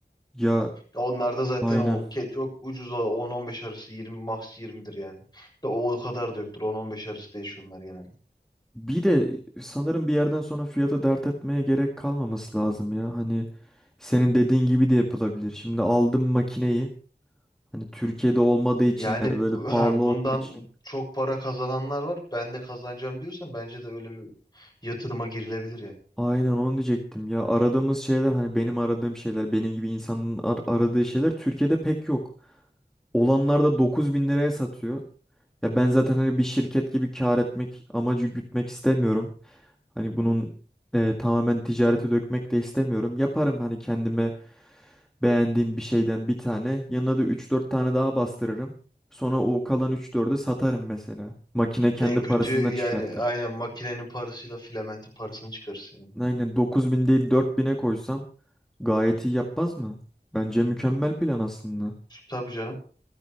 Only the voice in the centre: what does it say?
ya
aynen.
Bir de sanırım bir yerden sonra fiyatı dert etmeye gerek kalmaması lazım ya. Hani senin dediğin gibi de yapılabilir. Şimdi aldım makineyi. Hani Türkiye'de olmadığı için
yani böyle
pahalı
olduğu için
Aynen onu diyecektim ya aradığımız şeyler hani benim aradığım şeyler benim gibi insanın ar- aradığı şeyler Türkiye'de pek yok. Olanlar da 9000 liraya satıyor. Ya ben zaten hani bir şirket gibi kar etmek amacı gütmek istemiyorum. Hani bunun e, tamamen ticarete dökmek de istemiyorum. Yaparım hani kendime beğendiğim bir şeyden bir tane. Yanına da üç dört tane daha bastırırım. Sonra o kalan 3-4'ü satarım mesela. Makine kendi
parasından
çıkartır.
Aynen 9000 değil dört bine koysam gayet iyi yapmaz mı? Bence mükemmel plan aslında.